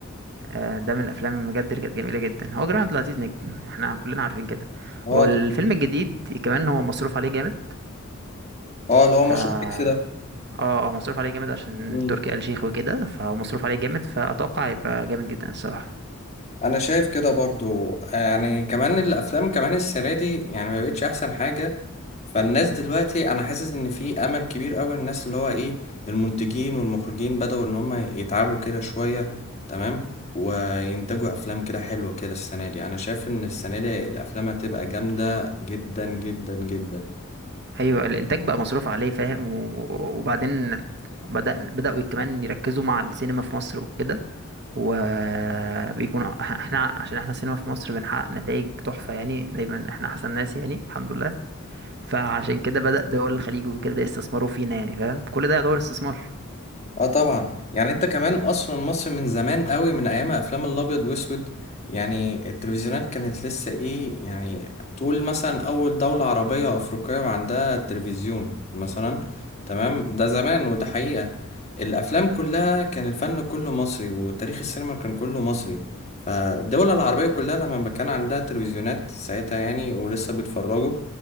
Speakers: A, on the right (about 55°); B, on the left (about 30°).
A: آه، ده من الأفلام بجد اللي كانت جميلة جدا هو كريم عبد العزيز نجم احنا كلنا عارفين كده
B: اه
A: والفيلم
B: طبعا
A: الجديد كمان هو مصروف عليه جامد
B: اه اللي
A: ف
B: هو مشروع
A: اه
B: اكس ده
A: اه مصروف عليه جامد عشان
B: مم.
A: تركي آل شيخ وكده فهو مصروف عليه جامد فأتوقع هيبقى جامد جدا الصراحة
B: انا شايف كده برضو يعني كمان الافلام كمان السنه دي يعني ما بقتش احسن حاجه فالناس دلوقتي انا حاسس ان في امل كبير قوي الناس اللي هو ايه المنتجين والمخرجين بدأوا ان هم يتعبوا كده شويه تمام وينتجوا افلام كده حلوه كده السنه دي انا شايف ان السنه دي الافلام هتبقى جامده جدا جدا جدا
A: أيوة الإنتاج بقى مصروف عليه فاهم و... وبعدين بدأ بدأوا كمان يركزوا مع السينما في مصر وكده وبيكون احنا عشان احنا السينما في مصر بنحقق نتائج تحفة يعني دايما احنا أحسن ناس يعني الحمد لله فعشان كده بدأ دول الخليج وكده يستثمروا فينا يعني فاهم كل ده يعتبر استثمار
B: اه طبعا يعني انت كمان اصلا مصر من زمان قوي من ايام افلام الابيض واسود يعني التلفزيونات كانت لسه ايه يعني طول مثلا اول دولة عربية افريقية عندها تلفزيون مثلا تمام ده زمان وده حقيقة الافلام كلها كان الفن كله مصري وتاريخ السينما كان كله مصري فالدول العربية كلها لما كان عندها تلفزيونات ساعتها يعني ولسه بيتفرجوا